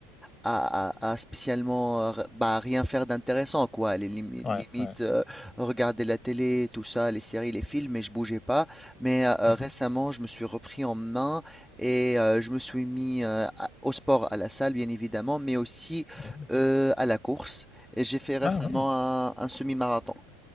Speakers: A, in the centre; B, on the left.
A: à, à- à spécialement euh, r- bah, rien faire d'intéressant, quoi. Les limi-
B: Ouais,
A: limites,
B: ouais.
A: euh, regarder la télé, tout ça, les séries, les films, et je bougeais pas. Mais euh,
B: Mhm,
A: récemment, je me suis repris en main et euh, je me suis mis euh, à- au sport, à la salle, bien évidemment, mais aussi
B: mhm.
A: euh, à la course. Et j'ai fait récemment
B: Ah oui.
A: un un semi-marathon.